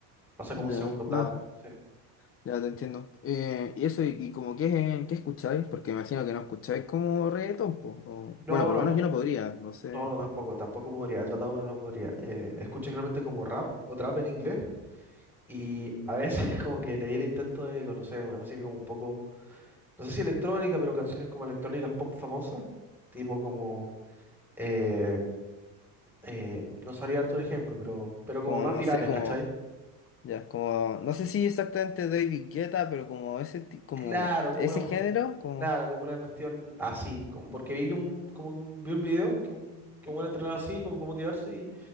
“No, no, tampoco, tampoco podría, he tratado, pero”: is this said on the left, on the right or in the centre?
Centre